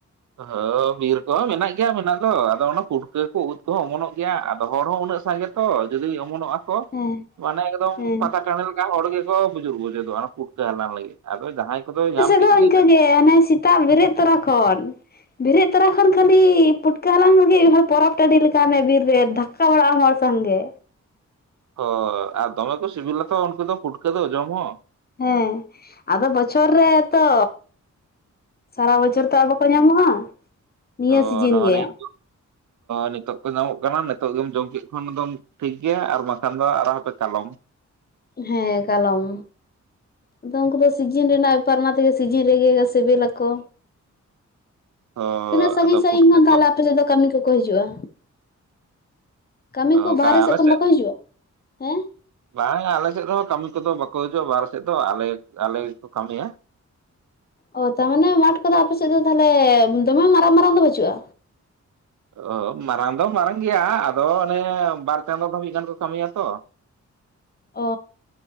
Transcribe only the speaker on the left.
ᱦᱮᱸ
ᱦᱮᱸ
<unintelligible>
ᱤᱱᱠᱟᱹᱜᱮ ᱦᱟᱱᱮ ᱥᱮᱛᱟᱜ ᱵᱮᱨᱮᱫ ᱛᱚᱨᱟ ᱠᱷᱚᱱ᱾ ᱵᱮᱨᱮᱫ ᱛᱚᱨᱟ ᱠᱷᱚᱱ ᱠᱷᱟᱹᱞᱤ ᱯᱩᱴᱠᱟᱹ ᱦᱟᱞᱟᱝ ᱨᱮᱜᱮ ᱯᱚᱨᱚᱵᱽ ᱴᱟᱺᱰᱤ ᱞᱮᱠᱟ ᱵᱤᱨ ᱨᱮ ᱚᱲᱟᱜ ᱦᱚᱲ ᱥᱚᱝᱜᱮ᱾
ᱦᱮᱸ ᱟᱫᱚ ᱵᱚᱪᱷᱚᱨ ᱨᱮᱛᱚ ᱥᱟᱨᱟ ᱵᱚᱪᱷᱚᱨ ᱛᱚ ᱟᱨ ᱵᱟᱠᱚ ᱧᱟᱢᱚᱜᱼᱟ᱾ ᱱᱤᱭᱟᱹ
ᱥᱤᱡᱤᱱ
ᱜᱮ
ᱦᱮᱸ ᱠᱟᱞᱚᱢ ᱟᱫᱚ ᱩᱱᱠᱩ ᱫᱚ ᱥᱤᱡᱤᱱ ᱨᱮᱱᱟᱜ ᱵᱮᱯᱟᱨ ᱚᱱᱟ ᱛᱮᱜᱮ ᱥᱤᱡᱤᱱ ᱨᱮᱜᱮ ᱥᱤᱵᱤᱞᱟᱠᱚ᱾
ᱛᱤᱱᱟᱹᱜ ᱥᱟᱺᱜᱤᱧ
ᱥᱟᱺᱜᱤᱧ
ᱠᱷᱚᱱ ᱛᱟᱦᱞᱮ
ᱟᱯᱮ ᱥᱮᱫ ᱫᱚ ᱠᱟᱹᱢᱤ ᱠᱚᱠᱚ ᱦᱤᱡᱩᱜᱼᱟ? ᱠᱟᱹᱢᱤ ᱠᱚ
ᱵᱟᱦᱨᱮ
ᱥᱮᱫ ᱠᱷᱚᱱ ᱵᱟᱠᱚ ᱦᱤᱡᱩᱜᱼᱟ ᱦᱮᱸ
ᱚ ᱛᱟᱨᱢᱟᱱᱮ ᱢᱟᱴᱷ ᱠᱚᱫᱚ ᱟᱯᱮ ᱥᱮᱫ ᱫᱚ ᱛᱟᱦᱚᱞᱮ ᱫᱚᱢᱮ ᱢᱟᱨᱟᱝ ᱢᱟᱨᱟᱝ ᱫᱚ ᱵᱟᱹᱪᱩᱜᱼᱟ?
ᱚ